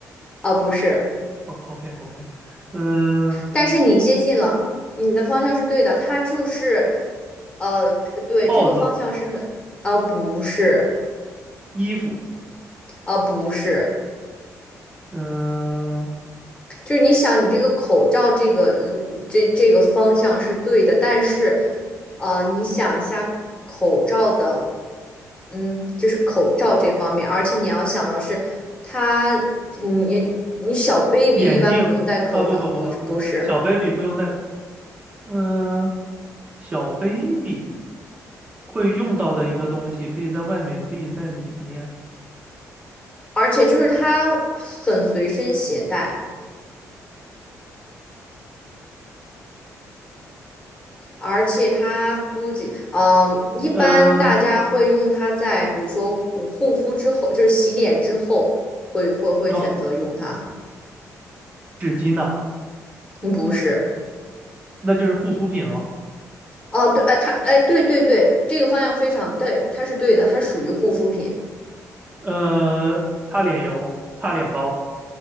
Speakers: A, on the left; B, on the right.
A: 啊，不是，
B: 哦，OK OK，嗯，
A: 但是你接近了，你的方向是对的，它就是，呃，对，
B: 帽子、
A: 这个方向是很，啊，不是，
B: 衣服，
A: 啊，不是。
B: 嗯，
A: 就是你想，你这个口罩这个路这这个方向是对的，但是，呃，你想一下口罩的，嗯，就是口罩这方面，而且你要想到是它，你你小 baby
B: 眼镜，
A: 一般不用戴口罩，
B: 啊，不不不不，
A: 不不是，
B: 呃小 baby 不用戴口，嗯，小 baby 会用到的一个东西，可以在外面，可以在里面，
A: 而且就是它很随身携带。而且它不仅，嗯、一般大家会用它在，
B: 嗯，
A: 比如说护护肤之后，就是洗脸之后，会会会选择用它。
B: 哦，纸巾呐、
A: 嗯，不是。
B: 那就是护肤品喽。
A: 哦，对，哎，它，哎，对对对，这个方向非常对，它是对的，它属于护肤品。
B: 呃，擦脸油、擦脸膏。